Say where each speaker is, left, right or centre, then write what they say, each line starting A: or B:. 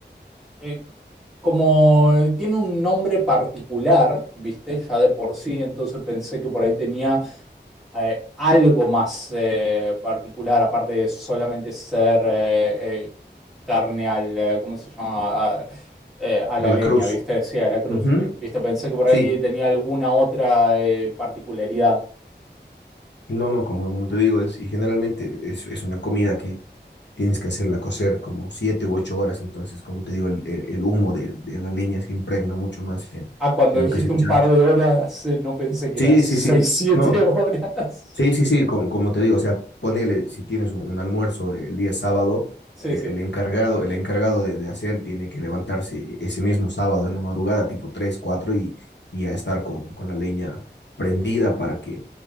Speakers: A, in the centre; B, on the left.
A: eh, como eh, tiene un nombre particular, viste, ya de por sí, entonces pensé que por ahí tenía eh, algo más eh, particular, aparte de solamente ser eh, eh, carne al, eh, ¿cómo se llama? A, eh, a la
B: a la
A: leña,
B: cruz.
A: ¿viste? Sí, a la cruz.
B: Ujú.
A: ¿Viste? Pensé que por
B: Sí,
A: ahí tenía alguna otra eh, particularidad.
B: no, no, como, como te digo, es, y generalmente es, es una comida que tienes que hacerla cocer como siete u ocho horas, entonces, como te digo, el, el- el humo de, de la leña se impregna mucho más en,
A: Ah, cuando
B: en lo
A: dijiste
B: que es el
A: un
B: chancho.
A: par de horas, eh, no pensé que
B: Sí,
A: eran <laughs> seis
B: sí, sí,
A: siete
B: no,
A: horas.
B: sí,
A: <laughs>
B: sí, sí, como, como te digo, o sea, ponele, si tienes un, un almuerzo el día sábado,
A: Sí,
B: eh,
A: sí.
B: el encargado, el encargado de, de hacer tiene que levantarse ese mismo sábado en la madrugada, tipo 3 4 y, y a estar con, con la leña prendida para que,